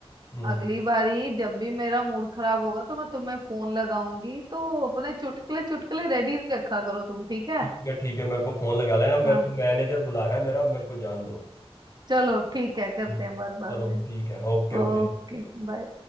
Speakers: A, on the left; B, on the right.
A: हम्म
B: अगली बारी जब भी मेरा मूड खराब होगा तो मैं तुम्हें फोन लगाऊंगी तो अपने चुटकुले चुटकुले रेडी रखा करो तुम ठीक है
A: ठीक है ठीक है मेरे को फोन लगा लेना
B: हाँ
A: मेरे को मैनेजर बुला रहा है मेरा मेरे को जान दो
B: चलो ठीक है करते
A: हम्म,
B: हैं बात बाद
A: चलो
B: में
A: ठीक है ओके
B: Okay
A: बाय
B: bye